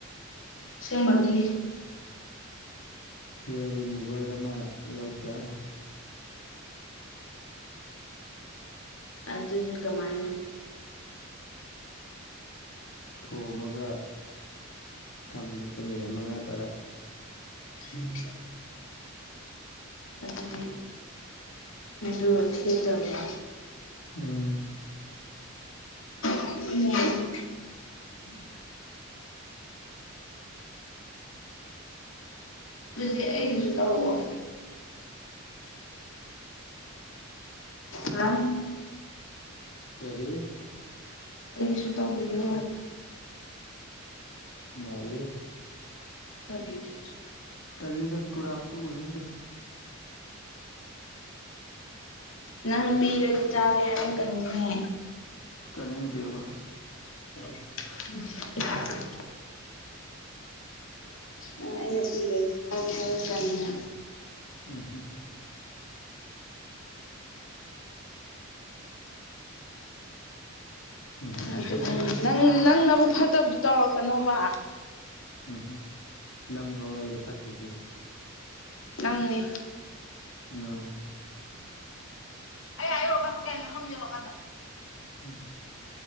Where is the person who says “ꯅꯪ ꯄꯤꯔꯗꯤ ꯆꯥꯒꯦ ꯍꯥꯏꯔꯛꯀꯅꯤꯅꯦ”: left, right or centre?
Left